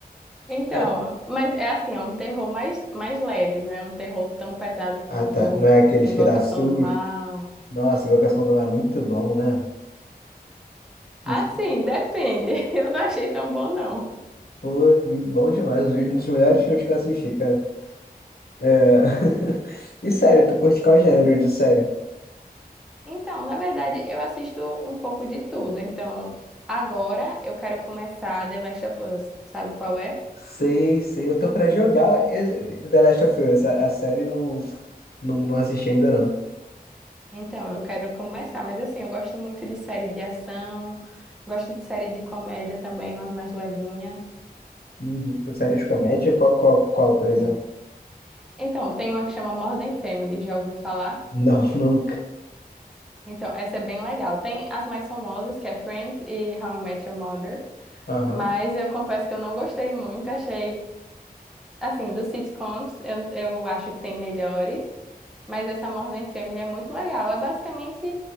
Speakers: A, in the centre; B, on the left.
A: Então,
B: É.
A: mas é assim, é um terror mais, mais leve, não é um terror tão pesado quanto
B: Ah, tá. Não é aqueles
A: Invocação
B: que dá SUS.
A: do Mal.
B: Nossa, Invocação do Mar é muito bom, né? Não
A: Assim,
B: sei.
A: depende. <laughs> Eu não achei tão bom, não.
B: Pô, muito bom demais. Um dos melhores filmes que eu assisti, cara. É... <laughs> E sério, tu curte qual gênero de série?
A: Então, na verdade, eu assisto um pouco de tudo. Então, agora eu quero começar The Last of Us. Sabe qual é?
B: Sei, sei. Eu tô pra jogar esse- The Last of Us. A, a série não, não, não assisti ainda, não.
A: Então, eu quero começar. Mas, assim, eu gosto muito de série de ação, gosto de série de comédia também, umas mais levinhas,
B: Uhum. Série de comédia? Qual, qual, qual, por exemplo?
A: né? Então, tem uma que chama Modern Family, já ouviu falar?
B: Não, <laughs> nunca.
A: Então, essa é bem legal. Tem as mais famosas, que é Friends e How I Met Your Mother.
B: Aham.
A: Mas eu confesso que eu não gostei muito, achei Assim, dos sitcoms, eu, eu acho que tem melhores, mas essa Modern Family é muito legal. É basicamente